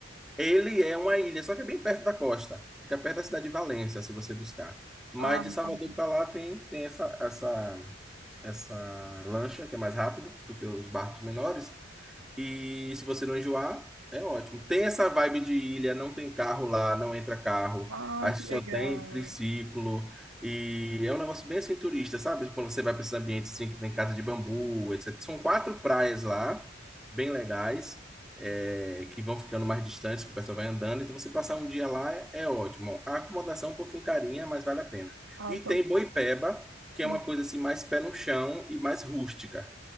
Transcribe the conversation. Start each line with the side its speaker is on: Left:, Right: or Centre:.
Centre: Ele é uma ilha, só que é bem perto da costa, fica perto da cidade de Valença, se você buscar. Mas
Right: Ah,
Centre: de
Right: entendi.
Centre: Salvador para lá tem, tem essa, essa, essa lancha, que é mais rápido do que os barcos menores, E se você não enjoar, é ótimo. Tem essa vibe de ilha, não tem carro lá, não entra carro.
Right: Ai,
Centre: Acho
Right: que
Centre: que
Right: legal.
Centre: só tem triciclo. E é um negócio bem assim turista, sabe? Quando você vai para esses ambientes assim, que tem casa de bambu, etc. São quatro praias lá, bem legais, é, que vão ficando mais distantes, que o pessoal vai andando. Então você passar um dia lá é, é ótimo. A acomodação é um pouquinho carinha, mas vale a pena.
Right: Ah,
Centre: E
Right: então.
Centre: tem Boipeba, que é
Right: hum.
Centre: uma coisa assim mais pé no chão e mais rústica